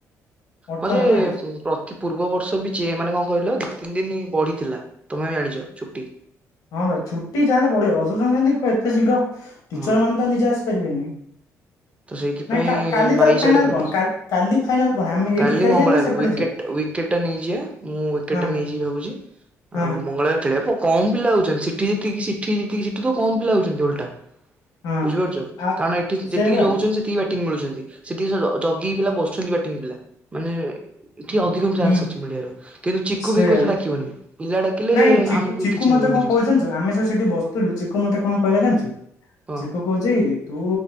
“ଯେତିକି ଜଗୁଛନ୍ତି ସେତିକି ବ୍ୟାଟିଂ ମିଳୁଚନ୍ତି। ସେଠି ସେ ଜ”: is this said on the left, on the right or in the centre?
Right